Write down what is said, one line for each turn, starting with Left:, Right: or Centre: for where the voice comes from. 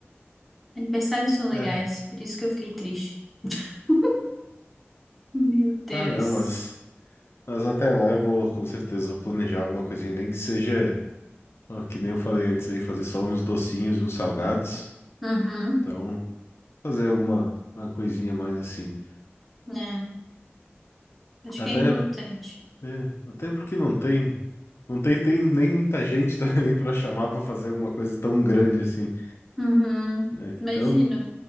Centre: Aniversários são legais,
Left: É.
Centre: por isso que eu fiquei triste. <laughs> Meu Deus.
Left: Ah, não, mas mas até lá eu vou com certeza vou planejar alguma coisinha, nem que seja Ó, que nem eu falei antes aí, fazer só uns docinhos e uns salgados.
Centre: Uhum,
Left: Então, fazer alguma uma coisinha mais assim.
Centre: né? Acho
Left: Até,
Centre: que é importante.
Left: é, até porque não tem, não tem, tem nem muita gente <laughs> também pra chamar pra fazer alguma coisa tão grande assim,
Centre: Uhum,
Left: né?
Centre: imagino.
Left: Então,